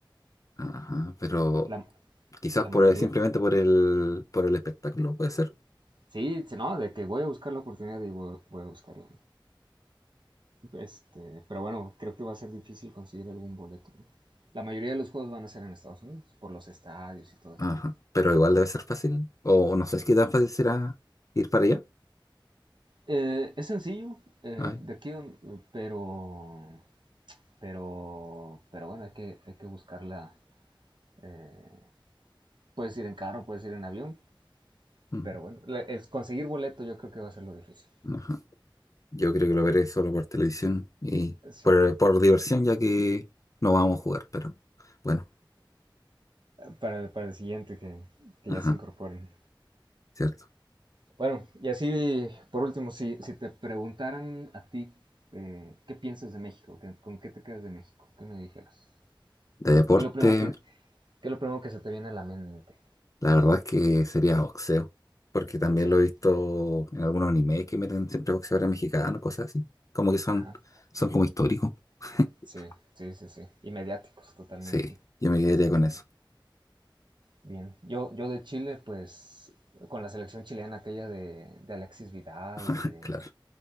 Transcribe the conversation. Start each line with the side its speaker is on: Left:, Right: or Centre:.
Left: Ajá, pero
Right: La,
Left: Quizás
Right: la
Left: por
Right: mayoría.
Left: el- simplemente por el, por el espectáculo puede ser.
Right: Sí, sí, no, de que voy a buscar la oportunidad y voy, voy a buscarla. Este, pero bueno, creo que va a ser difícil conseguir algún boleto, ¿no? La mayoría de los juegos van a ser en Estados Unidos, por los estadios y todo eso,
Left: Ajá.
Right: ¿no?
Left: Pero igual debe ser fácil. O no sé si qué tan fácil será ir para allá.
Right: Eh, es sencillo, eh,
Left: Ay,
Right: de aquí, don- pero, pero, pero bueno, hay que, hay que buscarla. eh, puedes ir en carro, puedes ir en avión,
Left: mm,
Right: pero bueno, la- el conseguir boleto yo creo que va a ser lo difícil.
Left: ajá. Yo creo que lo veré solo por televisión y
Right: Sí,
Left: por, por diversión, ya que no vamos a jugar, pero bueno,
Right: para, para el siguiente que, que
Left: ajá,
Right: ya se incorporen.
Left: cierto.
Right: Bueno, y así, por último, si, si te preguntaran a ti eh, qué piensas de México, ¿Qué- con qué te quedas de México, ¿qué me dijeras?
Left: De deporte,
Right: ¿Qué es lo primero que, qué es lo primero que se te viene a la mente?
Left: la verdad es que sería boxeo, porque también
Right: Boxeo.
Left: lo he visto en algunos animes que meten siempre boxeadores mexicanos, cosas así. Como que son,
Right: Ajá.
Left: son como históricos. <laughs>
Right: Sí, sí, sí, sí. Y mediáticos, totalmente.
Left: Sí, yo me quedaría con eso,
Right: Bien. Yo, yo de Chile, pues, con la selección chilena aquella de, de Alexis Vidal
Left: <laughs>
Right: y de,
Left: claro.